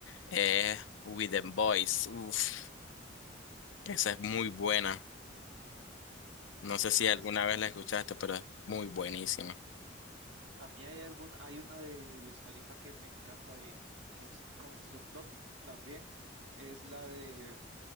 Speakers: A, on the left; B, on the right.
A: es With the Boys. Uf, esa es muy buena. No sé si
B: Ah,
A: alguna
B: sí, claro.
A: vez la escuchaste, pero es muy buenísima.
B: A mí hay algún, hay una de Wiz Khalifa que me encanta y que es con Snoop Dogg también. Es la de